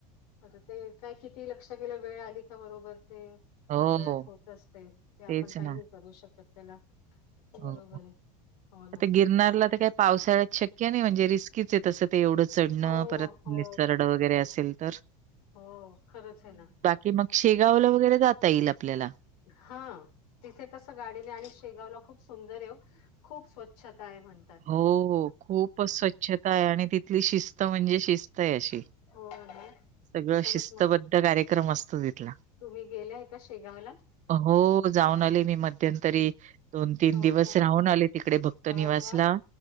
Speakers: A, on the left; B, on the right.
A: आता ते काय किती लक्ष केेलं वेळ आली का बरोबर ते त्या
B: हो,
A: वेळात होत असते, ते आपण
B: तेच
A: काही
B: ना.
A: नाही करू शकत त्याला. बरोबर
B: हो, हो.
A: ये, हो ना
B: आता गिरनारला तर काही पावसाळ्यात शक्य नाही म्हणजे रिस्कीच आहे तस ते एवढ चढण
A: हो
B: परत अस
A: हो
B: निसर वगरे असेल तर
A: हो खरच ये ना
B: कि मग शेगावला वगैरे जाता येईल आपल्याला
A: हा तिथे कस गाडीन ये आणि शेगावला खूप सुंदर ये वो खूप स्वच्छता ये म्हणे
B: हो खूप स्वच्छता ये आणि तिथली शिस्त म्हणजे शिस्त ये अशी
A: हो
B: सगळ
A: खरंच
B: शिस्तबद्ध
A: मग
B: कार्यक्रम असतो तिथला
A: तुम्ही गेलाय का शेगावला
B: हो जाऊन आले मी मध्यंतरी दोन तीन
A: हो
B: दिवस
A: का
B: राहून आले तिकडे भक्त
A: अरे
B: निवास
A: वाह!
B: ला